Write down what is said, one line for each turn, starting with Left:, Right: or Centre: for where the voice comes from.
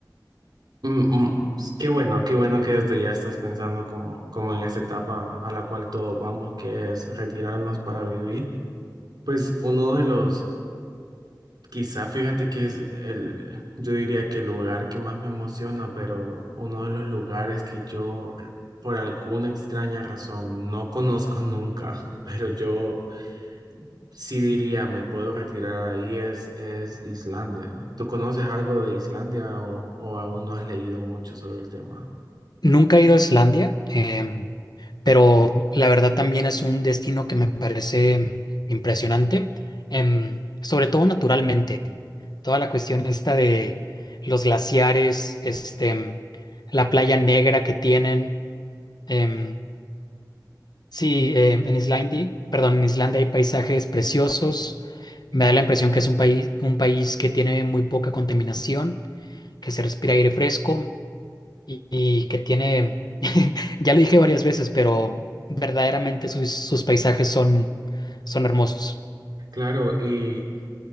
Right: Mm, mm, pues, Qué bueno, qué bueno que desde ya estás pensando como, como en esa etapa a la cual todos vamos, que es retirarnos para vivir. Pues uno de los, quizá fíjate que es el, yo diría que el lugar que más me emociona, pero uno de los lugares que yo eh, por alguna extraña razón no conozco nunca, <laughs> pero yo sí diría me puedo retirar ahí es, es Islandia. ¿Tú conoces algo de Islandia o, o aún no has leído mucho sobre el tema?
Left: Nunca he ido a Islandia, em, pero la verdad también es un destino que me parece impresionante, em, sobre todo naturalmente. Toda la cuestión esta de los glaciares, este, em, la playa negra que tienen. em, sí, em, en Islandia, perdón, en Islandia hay paisajes preciosos. Me da la impresión que es un país, un país que tiene muy poca contaminación, que se respira aire fresco. y, y que tiene, <laughs> ya lo dije varias veces, pero verdaderamente sus, sus paisajes son, son hermosos.
Right: Claro, y